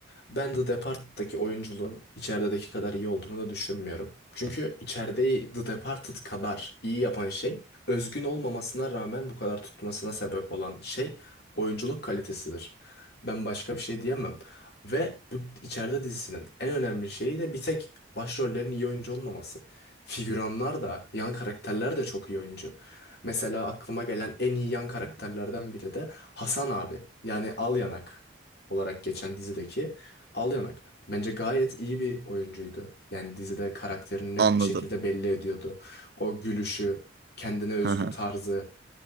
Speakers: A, on the left (about 55°); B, on the right (about 55°).
A: Ben The Departed'daki oyunculuğun içerideki kadar iyi olduğunu da düşünmüyorum. Çünkü içerideyi The Departed kadar iyi yapan şey, özgün olmamasına rağmen bu kadar tutmasına sebep olan şey oyunculuk kalitesidir. Ben başka bir şey diyemem. Ve bu içeride dizisinin en önemli şeyi de bir tek başrollerin iyi oyuncu olmaması. Figüranlar da, yan karakterler de çok iyi oyuncu. Mesela aklıma gelen en iyi yan karakterlerden biri de Hasan abi. Yani Al Yanak olarak geçen dizideki Al Yanak. Bence gayet iyi bir oyuncuydu. Yani dizide karakterini net
B: Anladım.
A: bir şekilde belli ediyordu. O gülüşü, kendine özgü
B: Hı hı.
A: tarzı.